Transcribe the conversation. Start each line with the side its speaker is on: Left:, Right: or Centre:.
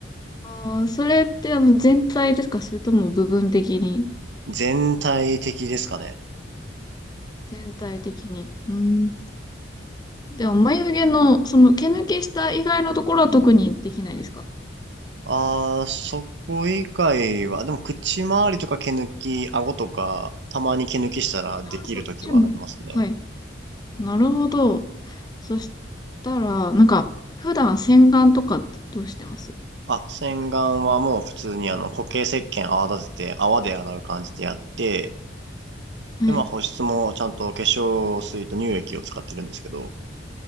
Left: あー、それってあの全体ですかそれとも部分的に
Right: 全体的ですかね
Left: 全体的に。うん。でも眉毛の、その毛抜けした以外のところは特にできないですか
Right: ああ、そこ以外は、でも口周りとか毛抜き、顎とか、たまに毛抜きしたらできるときはありますね。
Left: そっちも。はい。なるほど。そしたら、なんか、普段洗顔とかってどうしてます
Right: あ、洗顔はもう普通にあの固形石鹸泡立てて泡で洗う感じでやって、
Left: はい。
Right: で、まあ保湿もちゃんと化粧水と乳液を使ってるんですけど。